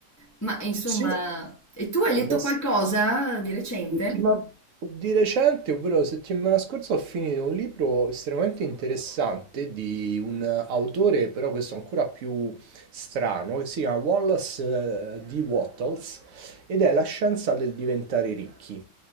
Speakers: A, on the left; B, on the right.
A: Ma insomma,
B: sì,
A: e tu hai letto
B: beh,
A: qualcosa di recente?
B: Settima- Di recente, ovvero settimana scorsa, ho finito un libro estremamente interessante di un autore, però questo ancora più strano, che si chiama Wallace eh, D. Wattles ed è La scienza del diventare ricchi,